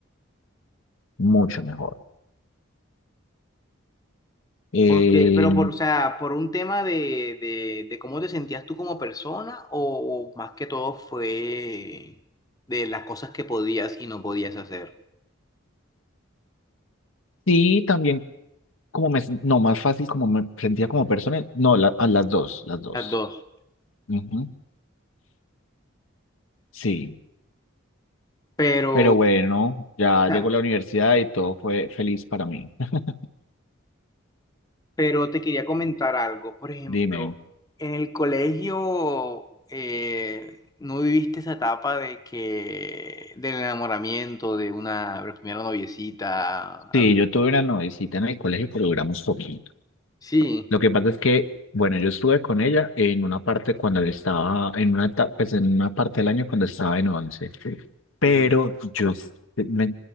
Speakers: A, on the left; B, on the left.
A: mucho mejor. Eh,
B: Porque, pero por, o sea, por un tema de, de, de cómo te sentías tú como persona o, o más que todo fue de las cosas que podías y no podías hacer.
A: sí, también como me, no, más fácil como me sentía como persona, no, la- a las dos, las dos.
B: Las dos.
A: Ujú, Sí.
B: Pero,
A: Pero
B: o
A: bueno, ya
B: sea,
A: llegó la universidad y todo fue feliz para mí. <laughs>
B: pero te quería comentar algo. Por ejemplo,
A: Dime,
B: en el colegio eh, no viviste esa etapa de que del enamoramiento de una la primera noviecita. la
A: sí,
B: prim-
A: yo tuve una noviecita en el colegio, pero duramos poquito.
B: Sí.
A: Lo que pasa es que, bueno, yo estuve con ella en una parte cuando yo estaba, en una etapa, pues en una parte del año cuando estaba en once Pero
B: Ujú.
A: yo s- me